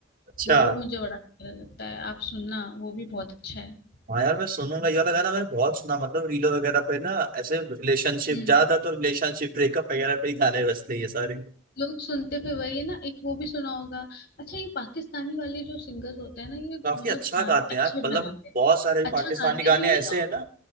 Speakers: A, on the right (about 50°); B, on the left (about 60°).
A: अच्छा
B: वो मुझे बड़ा अच्छा लगता है आप सुनना वो भी बहुत अच्छा है
A: हाँ यार मैं सुनूंगा ये वाला गाना मैंने बहुत सुना मतलब रीलो वगैरह पे ना ऐसे रिलेशनशिप
B: हम्म
A: ज्यादा तो रिलेशनशिप ब्रेकअप वगैरह पे ही गाने बजते हैं ये सारे
B: लोग सुनते फिर वही है ना एक वो भी सुना होगा अच्छा ये पाकिस्तानी वाले जो सिंगर्स होते हैं ना ये मतलब
A: काफी अच्छा
B: गाने
A: गाते हैं
B: अच्छे
A: यार मतलब
B: बनाते हैं
A: बहुत सारे पाकिस्तानी
B: अच्छा गाते
A: गाने
B: भी
A: ऐसे
B: हैं और
A: हैं ना